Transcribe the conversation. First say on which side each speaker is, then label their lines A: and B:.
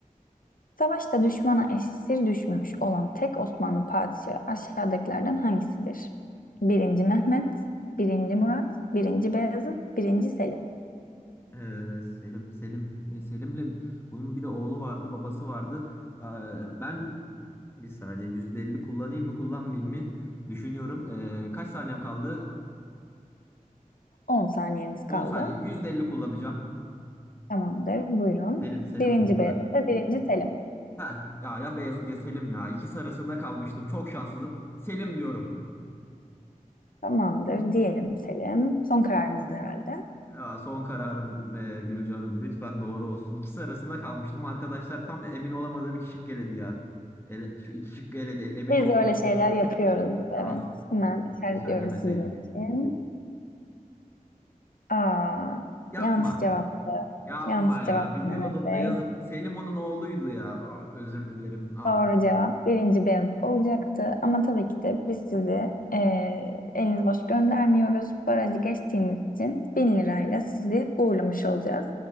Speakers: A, on the left (about 75°); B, on the left (about 15°).
A: Savaşta düşmana esir düşmüş olan tek Osmanlı padişahı aşağıdakilerden hangisidir? Birinci Mehmet, birinci Murat, birinci Beyazıt, birinci Selim.
B: Ee, Selim, Selim, Ee, Selim'le bunun bir de oğlu vardı, babası vardı. Ee, ben bir saniye %50 kullanayım mı, kullanmayayım mı düşünüyorum. Ee, kaç saniyem kaldı?
A: On saniyeniz kaldı.
B: 10 saniye. %50 kullanacağım.
A: Tamamdır. Buyurun.
B: Selim, Selim
A: Birinci
B: olmalı
A: Beyazıt
B: da.
A: ve birinci Selim.
B: Ha, ya ya Beyazıt ya Selim ya. İkisi arasında kalmıştım. Çok şanssızım. Selim diyorum.
A: Tamamdır. Diyelim Selim. Son kararınız herhalde.
B: Ya, son kararım ee, Gülce Hanım. Lütfen doğru olsun. İkisi arasında kalmıştım. Arkadaşlar tam emin olamadığım iki şık eledi ya. Ele- şu iki şıkkı eledi. El- Emin
A: Biz
B: olduğum.
A: de öyle şeyler yapıyoruz. Evet.
B: Ah.
A: Hemen
B: Keşke
A: işaretliyoruz
B: söylemeseydim.
A: sizin için. Aa,
B: Yapma.
A: yanlış cevaptı.
B: Yapma
A: Yanlış
B: ya.
A: cevaptı
B: Biliyordum
A: Mehmet Bey.
B: Beyazıt. Selim onun oğluydu ya. Ah, özür dilerim. Ah.
A: Doğru cevap birinci beyaz olacaktı. Ama tabii ki de biz sizi eee, eliniz boş göndermiyoruz. Barajı geçtiğiniz için 1000 lirayla sizi uğurlamış olacağız.